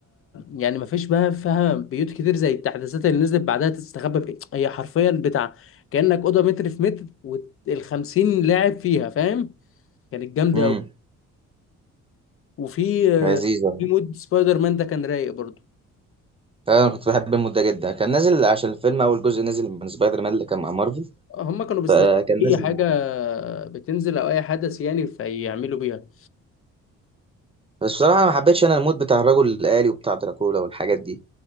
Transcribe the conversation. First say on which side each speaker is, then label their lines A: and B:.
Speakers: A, on the left; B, on the right.
A: يعني ما فيش بقى فيها بيوت كتير زي التحديثات اللي نزلت بعدها تستخبى في إيه؟ هي حرفيا بتاع كأنك أوضة متر في متر والخمسين لاعب فيها فاهم؟ كانت جامدة
B: امم
A: أوي وفي آه،
B: لذيذ أوي.
A: في مود سبايدر مان ده كان رايق برضو
B: أنا كنت بحب المود ده جدا كان نازل عشان الفيلم أول جزء نزل من سبايدر مان اللي كان مع مارفل
A: هم كانوا بيستخدموا
B: فكان
A: اي
B: نازل
A: حاجه بتنزل او اي حدث يعني فيعملوا بيها
B: بس بصراحة ما حبيتش أنا المود بتاع الرجل الآلي وبتاع دراكولا والحاجات دي